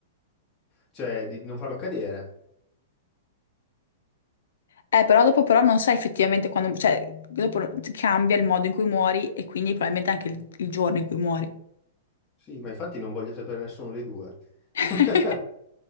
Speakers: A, on the left; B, on the left.
A: Cioè, di non farlo accadere.
B: Eh, però dopo però non sai effettivamente quando, cioè, dopo cambia il modo in cui muori e quindi probabilmente anche il, il giorno in cui muori.
A: Sì, ma infatti non voglio sapere nessuno dei due.
B: <laughs>
A: <laughs>